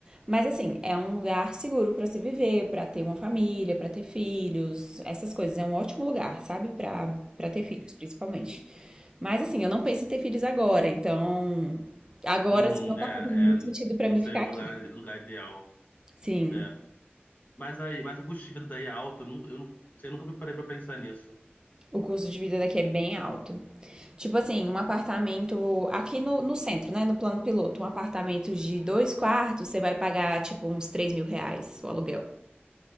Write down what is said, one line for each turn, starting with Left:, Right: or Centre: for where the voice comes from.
Right: Mas assim, é um lugar seguro pra se viver, pra ter uma família, pra ter filhos, essas coisas. É um ótimo lugar, sabe? Pra para ter
Left: Uhum.
Right: filhos, principalmente. Mas assim, eu não penso em ter filhos agora, então agora
Left: Uhum.
Right: assim não tá
Left: É,
Right: fazendo muito
Left: é,
Right: sentido pra
Left: não
Right: mim
Left: seria
Right: ficar
Left: o
Right: aqui.
Left: lugar, lugar ideal.
Right: Sim,
Left: É. Mas aí, mas o custo de vida daí é alto. Eu, nu- eu, nu- assim, eu nunca me parei pra pensar nisso.
Right: o custo de vida daqui é bem alto. Tipo assim, um apartamento aqui no, no centro, né? No plano piloto, um apartamento de dois quartos, você vai pagar, tipo, uns três mil reais o aluguel.